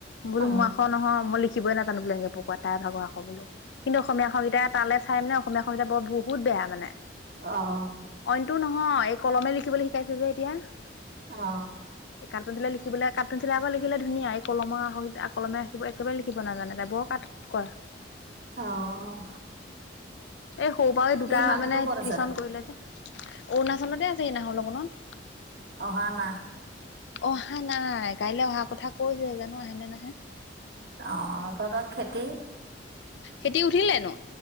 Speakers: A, on the left (about 70°); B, on the right (about 60°).
A: বোলো
B: অ
A: মোৰ আখৰ নহয় মই লিখা। লিখিবই নাজানো বোলো এনেকে পকোৱাত তাইৰ ভাগৰ আখৰ বোলো। কিন্তু অসমীয়া আখৰকেইটা তালে চাই মানে অসমীয়া আখৰকেইটা বৰ বহুত বেয়া মানে।
B: অঁহ
A: অইনটো নহয় এই কলমে লিখিবলৈ শিকাইছে যে এতিয়া।
B: অঁ।
A: এই কাঠপেনচিলে লিখিবলে এই ধুনীয়া কলমৰ আখৰকেইটা লিখিব নাজানে তাই বৰ কুত কৰে।
B: অঁ।
A: এই সৰু পৰা এই দুটা
B: মানুহটো
A: মানে
B: ক'ত আছে
A: টিশন কৰিলে যে। অৰুণাচলতে আছেগে এই নাহৰ লগোনত।
B: অহা না
A: অহা নাই, কাইলে অহা কথা কৈছে জানো আহে নে নাহে?
B: অঁ তঁহতৰ খেতি?
A: খেতি উঠিলে এনো